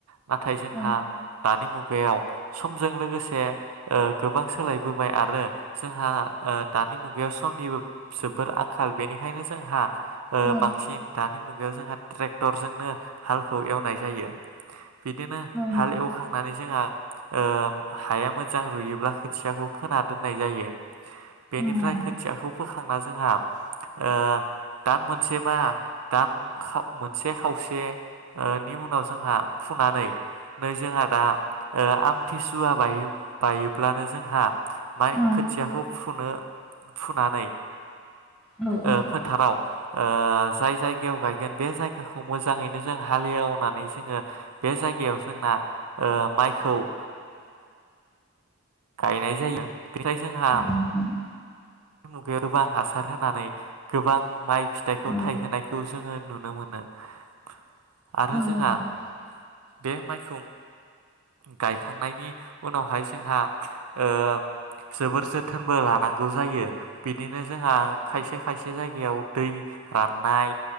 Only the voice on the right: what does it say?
नाथाय जों
हा दानि मुगायाव समजों लोगोसे ओ गोबां सोलायबोबाय आरो जोंहा ओ दानि मुगायाव समनिबो जोबोर आंखाल बेनिखायनो जोंहा ओ
बांसिन दानि मुगा याव जोंहा ट्रेक्टरजोंनो हालखौ एवनाय जायो । बिदिनो
खांनानै जोंहा ओ हाया मोजां रुयोब्ला खोथियाखौ फोना दोननाय जायो । बेनिफ्राय
खोथियाखौ फोखांना जोंहा ओ दान मोनसे बा दान मोनसे खावसेनि ओ उनाव जोंहा फुनानै नै जोंहा दा ओ आमथिसुवा बायो-बायोब्लानो जोंहा माय
खोथियाखौ फुनो फुनानै
ओ फोथाराव ओ जाय जायगायाव गायगोन बे जायगाखौ मोजाङैनो जों हालेवनानै जोङो बे जायगायाव जोंना ओ माइखौ ओ गायनाय जायो । बेखाय जोंहा
दानि मुगायाव गोबां हासार होनानै गोबां माइ फिथाइखौ
थायहोनायखौ जोङो नुनो मोनो । आरो
जोंहा
बे माइखौ गायखांनायनि उनावहाय जोंहा ओ जोबोर जोथोनबो लानांगौ जायो बिदिनो जोंहा खायसे खायसे जायगायाव दै राननाय